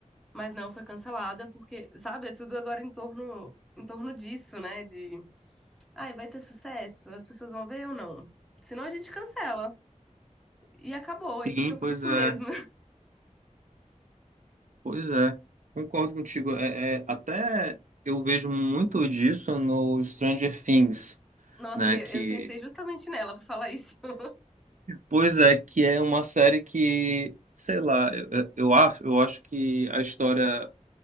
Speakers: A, in the centre; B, on the right.
A: mas não foi cancelada, porque, sabe, é tudo agora em torno, em torno disso, né? De, ai, vai ter sucesso, as pessoas vão ver ou não? Senão a gente cancela. E acabou, e
B: Sim,
A: fica por
B: pois
A: isso
B: é.
A: mesmo.
B: Pois é, concordo contigo. É, é, até eu vejo muito disso no Stranger Things,
A: <laughs> Nossa,
B: né?
A: eu
B: Que,
A: eu pensei justamente nela pra falar isso. <laughs>
B: pois é, que é uma série que, sei lá, eu, eu, eu acho, eu acho que a história